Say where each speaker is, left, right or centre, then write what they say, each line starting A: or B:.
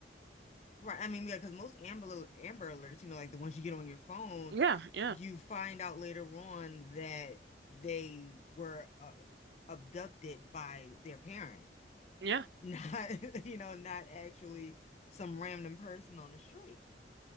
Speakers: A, on the left (about 40°); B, on the right (about 70°).
A: Right. I mean, yeah, because most Amber Amber Alerts, you know, like the ones you get on your phone,
B: Yeah, yeah,
A: you find out later on that they were uh, abducted by their parent,
B: yeah,
A: not, <laughs> you know, not actually some random person on the street.